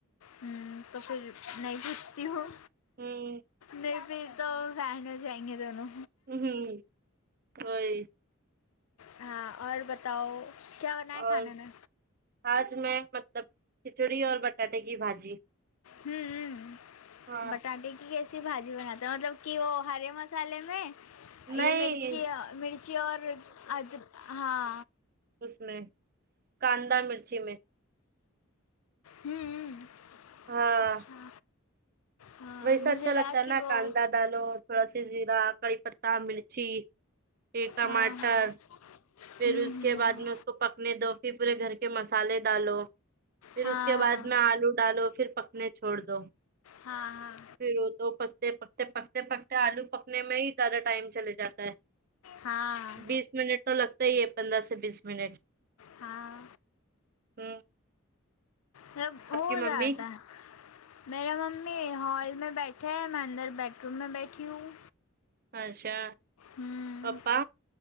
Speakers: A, on the left; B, on the right.
A: ہوں تو پھر نہیں پوچھتی ہوں
B: ہ
A: میں بھی تو فین ہو جائیں گے دونوں
B: ھم ام وہی
A: ہاں اور بتاؤ کیا بنا ہے
B: اور
A: کھانے میں
B: آج میں مطلب کھچڑی اور بٹاٹے کی بھاجی
A: امم
B: ہاں
A: بٹاٹے کی کیسے ای بھاجی بناتے ہو مطلب کہ وہ ہرے مسالے میں
B: نہیں
A: یہ مرچی ا مرچی اور ادرک ہاں
B: اس میں کاندا مرچی میں
A: امم
B: ہاں
A: اچھا ہاں
B: ویسا
A: مجھے
B: اچھا
A: لگا
B: لگتا ہے
A: کہ
B: نا
A: وہ
B: کاندار دالو تھوڑا سا زیرا کری پتا مرچی پھر ٹماٹر
A: ہاں ہاں
B: پھر
A: ہوں
B: اس
A: ہوں
B: کے بعد میں اس کو پکنے دو پھر پورے گھر کے مسالے ڈالو پھر
A: ہاں
B: اس کے بعد
A: ہاں
B: میں آلو ڈالو پھر پکنے چھوڑ دو
A: ہاں ہاں
B: پھر وہ تو پکتے پکتے پکتے پکتے آلو پکنے میں ہی زیادہ ٹائم چلے جاتا ہے
A: ہاں ہاں
B: بیس منٹ تو لگتا ہی ہے پندرہ سے بیس منٹ
A: ہاں
B: ام
A: سب ہو
B: ممی
A: جاتا ہے میرا ممی ہال میں بیٹھ ہے میں اندر بیڈ روم میں بیٹھی ہوں
B: اچھا
A: ہوں
B: پپا